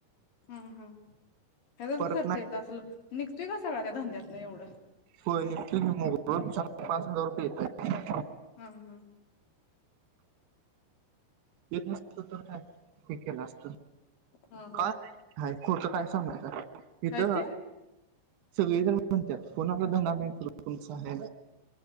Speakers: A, on the left; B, on the right.
A: हा हा ह्याचाच
B: परत
A: खर्च येत असल? निघतोय का सगळा त्या धंद्यातनं एवढं
B: होय निघतोय ना मग रोज चार पाच हजार रुपये येतायेत.
A: हा हा
B: येत नसत तर काय हे केलं असत.
A: हा हा
B: काय हाय खोट काय सांगायचं इथं
A: काय ते
B: सगळे जण म्हणत्यात कोणाला धंदा नाही करत तुमचा आहे.